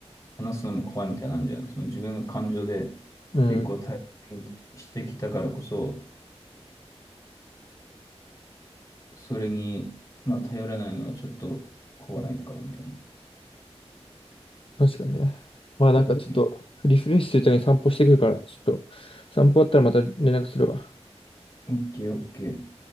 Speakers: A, on the left; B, on the left.
A: 話すのも怖いみたいなんじゃん。その自分が感情で
B: にうん、
A: 結構大切にしてきたからこそ、それに、まあ、頼らないのはちょっと怖いのかなみたいな。
B: 確かにね。まあなんかちょっと、
A: うん。
B: リフレッシュするために散歩してくるから、ちょっと、散歩終わったらまた連絡するわ。
A: オッケーオッケー。